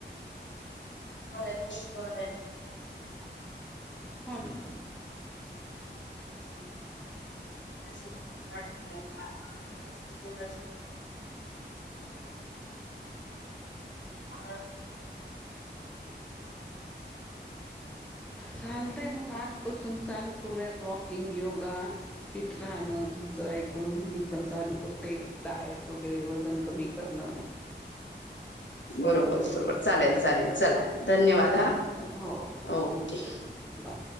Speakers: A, on the left (about 80°); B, in the centre.
A: <unintelligible> बरेच गोष्टी <unintelligible>
B: हो ना!
A: ते <unintelligible> जास्त बज वाढली आमलाड तेवढाच तो, <unintelligible> आ
B: चालतय मग आजपासून चालू करूयात वॉकिंग योगा. फिट राहणं तुमचं एक आपण मी पण चालू करते, डायट वगैरे वजन कमी करण.
A: बरोबर बरोबर चालेल चालेल चला धन्यवाद. आ
B: हो
A: ओके!
B: बाय.